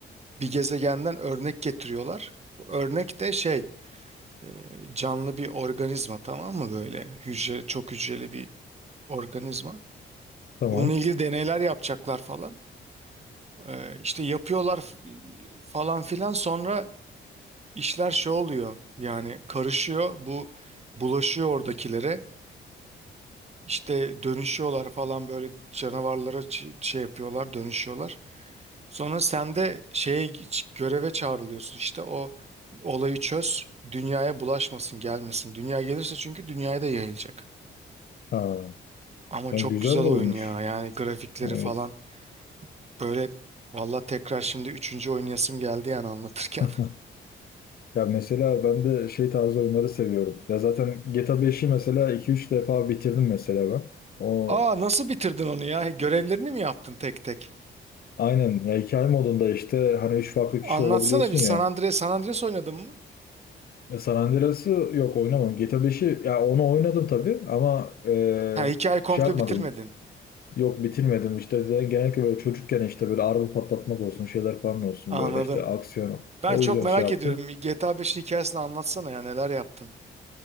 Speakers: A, on the right (about 30°); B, on the left (about 50°).
A: bir gezegenden örnek getiriyorlar. Bu örnek de şey e, canlı bir organizma tamam mı böyle hücre çok hücreli bir organizma.
B: Tamam.
A: Bununla ilgili deneyler yapacaklar falan. Ee, işte yapıyorlar f- falan filan sonra işler şey oluyor yani karışıyor bu bulaşıyor oradakilere işte dönüşüyorlar falan böyle canavarlara ç- şey yapıyorlar dönüşüyorlar. Sonra sen de şeye ç- göreve çağrılıyorsun işte o olayı çöz dünyaya bulaşmasın gelmesin dünya gelirse çünkü dünyaya da yayılacak.
B: Ha,
A: Ama
B: yani
A: çok
B: güzel
A: güzel
B: bir
A: oyun
B: oyunmuş.
A: ya yani grafikleri
B: Evet.
A: falan böyle valla tekrar şimdi üçüncü oynayasım geldi yani anlatırken.
B: <laughs>
A: <laughs>
B: Ya mesela ben de şey tarzı oyunları seviyorum. Ya zaten GTA beşi mesela iki üç defa bitirdim mesela ben. O
A: Aa nasıl bitirdin onu ya? Görevlerini mi yaptın tek tek?
B: Aynen ya hikaye modunda işte hani üç farklı kişi
A: Anlatsana
B: olabiliyorsun
A: bir San
B: ya.
A: Andreas, San Andreas oynadın mı?
B: E, San Andreas'ı yok oynamadım. GTA beşi ya onu oynadım tabii ama e,
A: Ha hikaye komple
B: şey yapmadım.
A: bitirmedin.
B: Yok bitirmedim işte de- genellikle böyle çocukken işte böyle araba patlatmak olsun şeyler falan olsun
A: Anladım.
B: böyle işte aksiyonu.
A: Ben
B: O
A: çok
B: yüzden
A: merak
B: şey yaptım.
A: ediyorum. GTA 5'in hikayesini anlatsana ya neler yaptın?